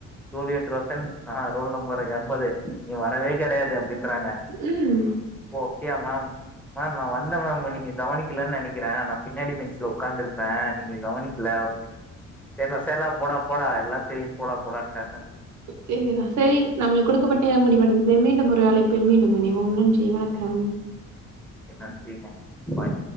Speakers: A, in the centre; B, on the right.
A: டூலியட் ரோசன் ஆ ரோல் நம்பருக்கு எம்பது நீ வரவே கெடையாது அப்டின்றாங்க
B: ம்
A: ஓகேயா மேம் மேம் நா வந்தே மேம் நீங்க கவனிக்கலன்னு நெனைக்கிறே நா பின்னாடி பெஞ்சுல உக்காந்துருப்பே நீங்க கவனிக்கல அப்டின் சேர்ரா சேர்ரா போடா போடா எல்லா தெரியு போடா போடான்ட்டாங்க
B: செரிதா செரிங் நம்மளுக்கு குடுக்கப்பட்ட நேரோ முடிவடைந்தது மீண்டும் ஒரு அழைப்பில் மீண்டும் இணைவோம் நன்றி வணக்கம்
A: என்னாச்சு மேம் ஃபாய்